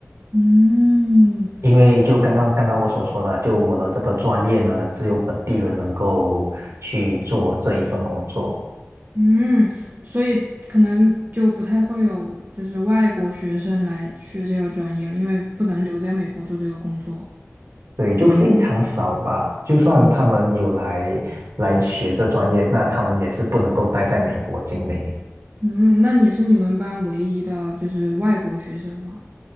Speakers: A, on the right; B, on the right.
A: 嗯。
B: 因为就刚刚刚刚我所说的，就我的这个专业呢，只有本地人能够去做这一份工作。
A: 嗯，所以可能就不太会有就是外国学生来学这个专业了，因为不能留在美国做这个工作。
B: 对，就非常少吧。就算他们有来来学这专业，那他们也是不能够待在美国境内。
A: 嗯，那你是你们班唯一的就是外国学生吗？